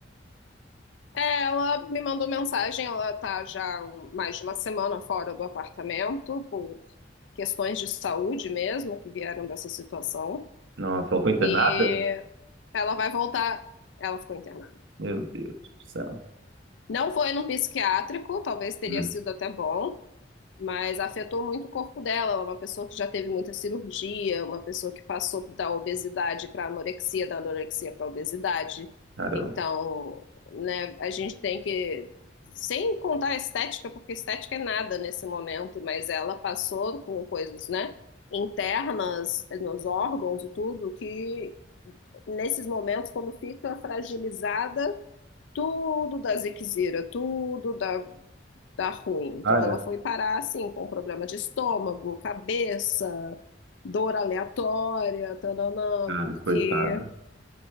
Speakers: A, on the left; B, on the right.
A: É, ela me mandou mensagem, ela tá já um- mais de uma semana fora do apartamento, por questões de saúde mesmo, que vieram dessa situação.
B: Nossa, ela foi internada?
A: E ela vai voltar. Ela ficou internada.
B: Meu Deus do céu.
A: Não foi num psiquiátrico, talvez teria
B: Hum,
A: sido até bom, mas afetou muito o corpo dela. Ela é uma pessoa que já teve muita cirurgia, uma pessoa que passou da obesidade para anorexia, da anorexia para obesidade.
B: caramba.
A: Então, né, a gente tem que, sem contar a estética, porque estética é nada nesse momento, mas ela passou com coisas, né, internas nos órgãos e tudo, que nesses momentos, quando fica fragilizada, tudo da ziquezira, tudo da, da ruim. Então
B: Ah,
A: ela
B: é,
A: foi parar assim, com problema de estômago, cabeça, dor aleatória, tananã,
B: cara,
A: porque
B: coitada.